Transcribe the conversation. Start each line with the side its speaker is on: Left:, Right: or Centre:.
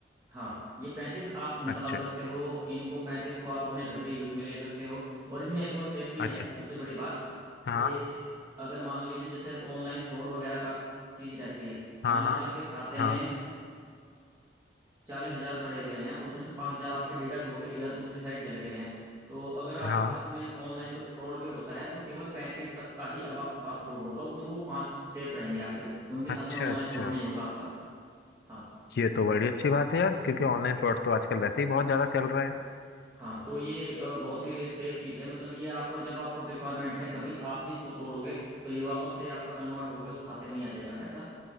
Right: हाँ ये पैंतीस आप निकाल
Left: अच्छा
Right: सकते हो इनको पैंतीस को आप अपने घर के यूज में ले सकते हो और इसमें एक और सेफ्टी है
Left: अच्छा
Right: सबसे बड़ी बात
Left: हाँ
Right: कि अगर मान लीजिए जैसे ऑनलाइन फ्रॉड वगैरह का चीज रहती है
Left: हाँ
Right: मान लीजिए
Left: हाँ
Right: आपके खाते
Left: हाँ
Right: में चालीस हजार पड़े हुए हैं उसमें से पाँच हजार आपके डिडक्ट होके इधर दूसरी साइड चले गए हैं तो अगर आपके
Left: हाँ
Right: पास में ऑनलाइन कुछ फ्रॉड भी होता है तो केवल पैंतीस तक का ही अब आपके पास फ्रॉड होगा उन वो पांच सेफ रहेंगे आपके उनके साथ
Left: अच्छा
Right: में ऑनलाइन
Left: अच्छा
Right: फ्रॉड नहीं होगा आपका हाँ
Left: ये तो बड़ी अच्छी बात है यार क्योंकि ऑनलाइन फ्रॉड तो आजकल वैसे ही बहुत ज्यादा चल रहा है
Right: हाँ तो ये अ, बहुत ही सेफ चीज़ है मतलब ये आपको जब आपको रिक्वायरमेंट है कभी आप ही इसको तोड़ोगे तो ये वापस से आपका कन्वर्ट होकर उस खाते में ही आ जाएगा पैसा